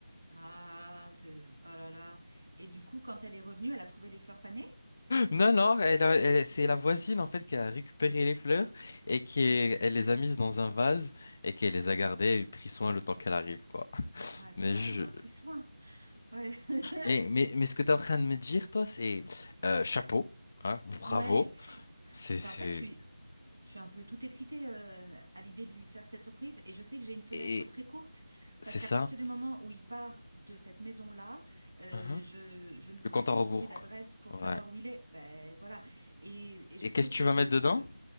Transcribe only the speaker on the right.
Ah, c'est... Oh là là. Et du coup, quand elle est revenue, elle a trouvé les fleurs fanées?
Mhm.
Ouais, c'est
ça,
elle en a pris soin. Ouais. <laughs>
Ouais.
Ben, en fait, je suis, Je suis un peu tout excitée euh, à l'idée de lui faire cette surprise et je sais que j'ai une fenêtre
très courte
parce qu'à
partir du moment où il part de cette maison-là, euh,
je, je ne pourrai
plus
trouver d'adresse
pour savoir
où il est. Ben voilà. Et, et je
sais
que
le...